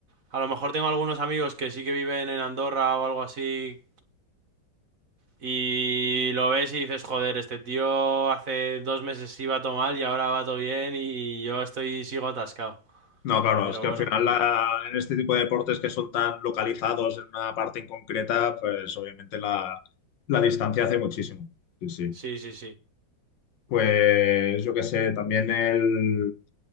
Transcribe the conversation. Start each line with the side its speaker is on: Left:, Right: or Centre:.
Right: a lo mejor tengo algunos amigos que sí que viven en Andorra o algo así y lo ves y dices, joder, este tío hace dos meses iba todo mal y ahora va todo bien y yo estoy sigo atascado.
Left: No, claro,
Right: Pero
Left: es que
Right: bueno,
Left: al final la- en este tipo de deportes que son tan localizados en una parte en concreta, pues obviamente la, la distancia hace muchísimo. Sí, sí.
Right: sí, sí, sí.
Left: Pues yo qué sé, también el,